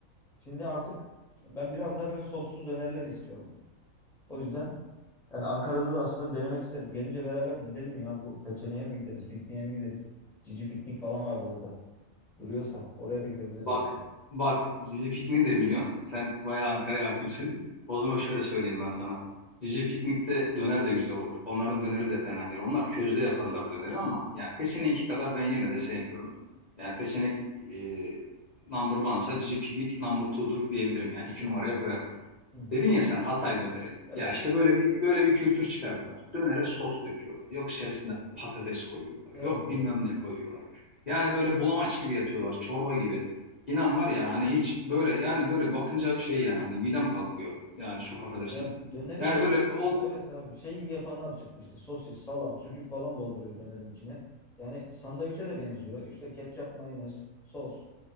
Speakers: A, in the centre; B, on the left.
A: Şimdi artık ben biraz daha böyle sossuz dönerler istiyorum. O yüzden Yani Ankara'da da aslında bir denemek isterim. Gelince beraber bir gidelim ya. Bu Peçene'ye mi gideriz? Pikniğe mi gideriz? Cici piknik falan vardı orada. Duruyorsa oraya da gidebiliriz
B: Bak,
A: yani.
B: bak Cici Piknik'i de biliyorsun. Sen bayağı Ankara'ya hakimsin. O zaman şöyle söyleyeyim ben sana. Cici Piknik'te döner de güzel olur. Onların döneri de fena değil. Onlar közde yaparlar döneri ama yani peşeneğinki kadar ben yine de sevmiyorum. Yani peşenek e, number one'sa Cici Piknik number two'dur diyebilirim yani. İki numaraya koyarım.
A: Hı hı.
B: Dedin ya sen Hatay döneri.
A: Evet.
B: Ya işte böyle bir böyle bir kültür çıkardılar. Dönere sos döküyorlar. Yok içerisinde patates koyuyorlar.
A: Evet
B: Yok
A: evet.
B: bilmem ne koyuyorlar. Yani böyle bulamaç gibi yapıyorlar, çorba gibi. İnan var ya hani hiç böyle yani böyle bakınca bir şey yani hani midem kalkıyor. Yani çok affedersin.
A: Ya döneri
B: Yani
A: bir de
B: böyle
A: s-
B: o
A: evet abi şey gibi yapanlar çıktı işte sosis, salam, sucuk falan dolduruyor dönerin içine. Yani sandviçe de benziyor. İşte ketçap, mayonez, sos.